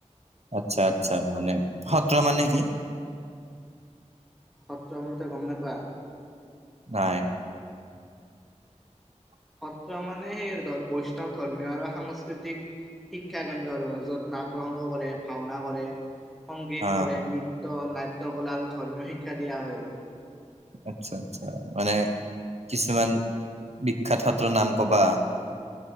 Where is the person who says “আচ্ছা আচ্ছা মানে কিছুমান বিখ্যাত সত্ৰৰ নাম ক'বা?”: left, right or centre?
Right